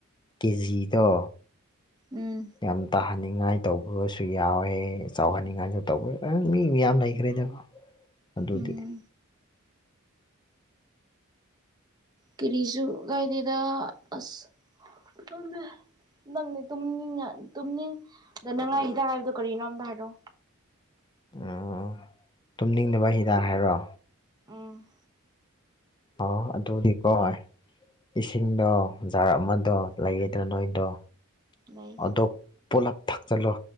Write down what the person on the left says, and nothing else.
ꯀꯦꯖꯤꯗꯣ
ꯌꯥꯝ ꯇꯥꯍꯟꯅꯤꯡꯉꯥꯏ ꯇꯧꯕ꯭ꯔꯣꯁꯨ ꯌꯥꯎꯋꯦ ꯆꯥꯎꯍꯟꯅꯤꯡꯉꯥꯏꯁꯨ ꯇꯧꯕ ꯑꯥ ꯃꯤ ꯃꯤꯌꯥꯝ ꯂꯩꯈ꯭ꯔꯦꯗ ꯑꯗꯨꯗꯤ
ꯑꯣ ꯇꯨꯝꯅꯤꯡꯗꯕ ꯍꯤꯗꯥꯛ ꯍꯥꯏꯔꯣ
ꯑꯣ ꯑꯗꯨꯗꯤ ꯀꯣꯏ ꯏꯁꯤꯡꯗꯣ ꯖꯥꯔ ꯑꯃꯥꯗꯣ ꯂꯩꯌꯦꯗꯣ ꯅꯣꯏꯗꯣ
ꯑꯗꯣꯞ ꯄꯣꯂꯞ ꯐꯛꯆꯜꯂꯣ